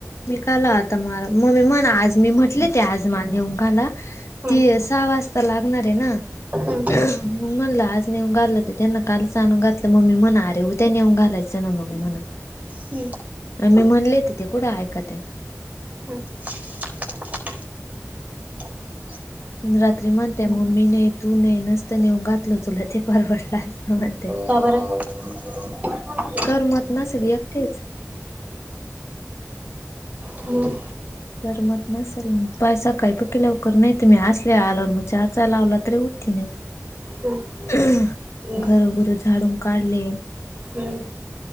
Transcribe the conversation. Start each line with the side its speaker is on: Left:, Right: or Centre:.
Left: मी काल आता मला मग् मण आज मी म्हटले ते आज म नेऊनघाला..
Right: हम्म
Left: ती सहा वाजता लागणार आहे ना!
Right: हम्म
Left: मग म्हणलं आज नेऊ घाललं तर त्यांना काल सनू घातलं मम्मी म्हणा अरे उ ते नेऊन घालायचं ना मग म्हण
Right: हम्म
Left: मी म्हणले त ते कुठं ऐकत्यात?
Right: हमं. रिकामा ऑडिओ
Left: रात्री म्हणते मम्मी नाही तू नाही नसत नेऊ घातल तुला ते परवडलं असत म्हणते..
Right: का बरं? रिकामा ऑडिओ
Left: कर मत नसली एकटेच.
Right: हम्म
Left: कररमत नसेल मग पैसा काही प के लवकर नाही तर मी हसले आल मग चारचाार लावला तरी उठती नाही.
Right: हम्म
Left: <unintelligible>
Right: हम्म
Left: घरोघरं झाडून काढले.
Right: हम्म